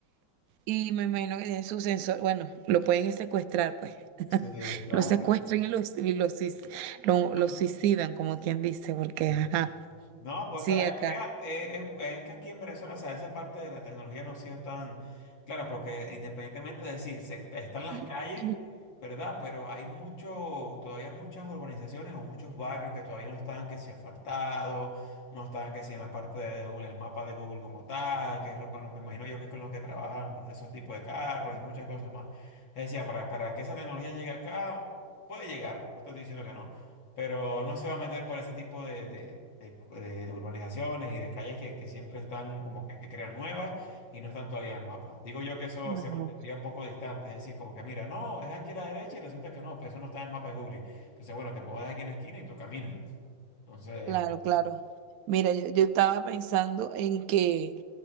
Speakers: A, on the right; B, on the left.
A: y me imagino que tiene su sensor. Bueno, lo pueden secuestrar, pues.
B: Sí, exacto.
A: Lo secuestran y lo, y lo, suic- lo,
B: No,
A: lo suicidan, como quien dice, porque,
B: sí. sí.
A: ajá,
B: No, pues
A: sí,
B: sabes
A: acá.
B: que, eh, eh, pues, es que aquí en Venezuela, o sea, esa parte de la tecnología no ha sido tan clara, porque independientemente de decir, se, están las
A: <clears throat>
B: calles, ¿verdad? Pero hay mucho, todavía muchas urbanizaciones o muchos barrios que todavía no están que si asfaltados, no están que si en la parte del mapa de Google como tal, que es lo con lo, me imagino yo que es con los que trabajan ¿no? esos tipos de carros y muchas cosas más. Es decir, para, para que esa tecnología llegue acá, puede llegar, no estoy diciendo que no pero no se va a meter por ese tipo de, de- de- de urbanizaciones y de calles que, que siempre están como que, que crean nuevas y no están todavía en el mapa. Digo yo que eso
A: No,
B: se mantendría un poco distante, es decir, como que mira, no, es aquí a la derecha y resulta que no, pues eso no está en el mapa de Google. Entonces, bueno, te puedo dejar aquí en la esquina y tú caminas. Entonces,
A: claro, claro. Mira, yo, yo estaba pensando en que,